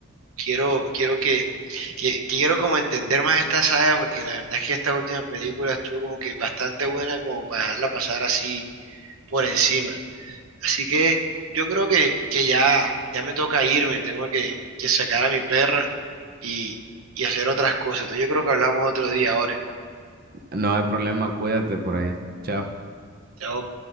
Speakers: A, on the right; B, on the right.
A: Quiero, quiero que, que, quiero como entender más esta saga, porque la verdad es que esta última película estuvo como que bastante buena como para dejarla pasar así por encima. Así que yo creo que, que ya, ya me toca irme, tengo que, que sacar a mi perra y, y hacer otras cosas. Entonces yo creo que hablamos otro día ahora.
B: No hay problema, cuídate por ahí. Chao.
A: Chao.